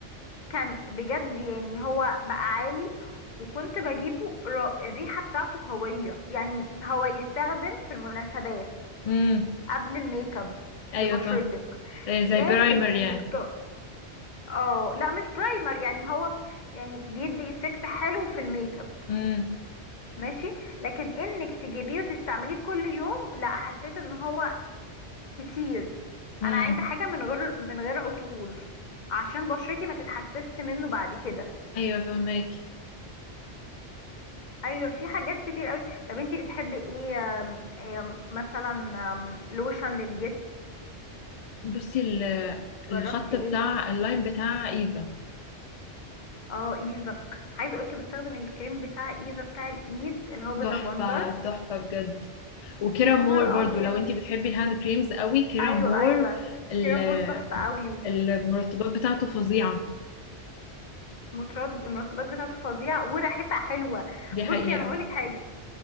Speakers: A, on the left; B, on the left.
A: كان بجد يعني هو بقى عالي وكنت بجيبه را- الريحة بتاعته قوية يعني هو يستخدم في المناسبات
B: امم
A: قبل الميك اب
B: أيوة
A: لبشرتك
B: فاهم آه، زي
A: لكن
B: برايمر
A: انك
B: يعني
A: ت... اه لا مش برايمر يعني هو يعني بيدي افكت حلو في الميك اب
B: امم
A: ماشي لكن انك تجيبيه وتستعمليه كل يوم لا حسيت ان هو كتير
B: امم
A: انا عايزه حاجه من غير من غير عطور عشان بشرتي ما تتحسسش منه بعد كده
B: أيوة فاهماكي
A: ايوه في حاجات كتير قوي طب انتي بتحبي ايه آم، آم، مثلا آم، لوشن للجسم
B: بصي ال- الخط
A: جربتي
B: بتاع
A: ايه
B: اللاين بتاع إيفا
A: اه ايفا عايزه اقولك بستخدم الكريم بتاع ايفا بتاع الايد اللي هو باللافندر
B: تحفة تحفة بجد وكيرا
A: يا نهار
B: مور برضو
A: ابيض
B: لو انتي بتحبي الهاند كريمز قوي كيرا
A: ايوه
B: مور
A: ايوه
B: ال-
A: كريم مور تحفه قوي
B: المرطبات بتاعته فظيعة
A: المترات- المرطبات بتاعته فظيعه وريحتها حلوه
B: دي
A: بصي
B: حقيقة
A: انا اقولك حاجه